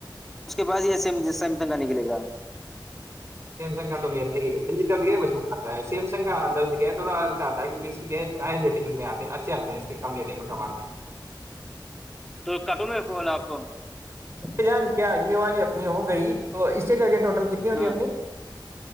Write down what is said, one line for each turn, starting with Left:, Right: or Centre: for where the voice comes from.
Centre: بس یہسےس س تنگا نکل گا
Right: سیمسنگ کا تو میر تو گ م سیمسنگ کا اندر کیا تھوڑا کہتا ہے ریٹنگ میں آتے اچھے آتے ہیں اس کی کم ریٹنگ میں کم آتے ہیں
Centre: تو کٹ ہے کولا آپ کو
Right: یہ جان کیا یہ والی اپنی ہو گئی تو اس سے کر کے ٹوٹل کتنی ہوگی
Centre: ہاں
Right: اپنی